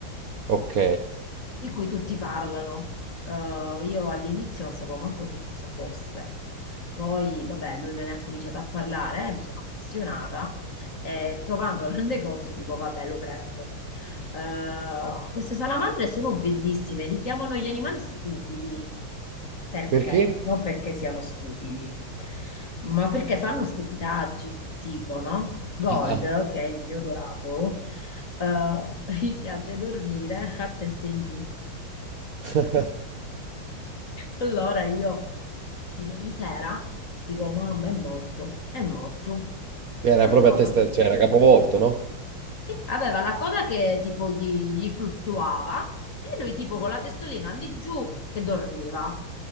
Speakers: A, on the right; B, on the left.
A: Ok.
B: di cui tutti parlano. Eh, io all'inizio non sapevo manco che cosa fosse. Poi, vabbè, lui me ne ha cominciato a parlare, mi sono appassionata e trovandola <laughs> nel negozio dico, vabbè, lo prendo. Eh, queste salamandre sono bellissime, li chiamano gli animali stupidi. Perché?
A: Perché?
B: Non perché siano stupidi, ma perché fanno stupidaggini, tipo, no? Gold,
A: Ah.
B: che è il mio dorato, eh, <laughs> gli piace dormire a testa in giù.
A: <laughs>
B: Allora io ieri sera dico, mamma è morto, è morto.
A: Che era
B: Ma lo
A: proprio
B: sono
A: a
B: notato.
A: testa, cioè era capovolto, no?
B: Sì, aveva la coda che tipo gli, gli fluttuava e lui tipo con la testolina lì giù che dormiva.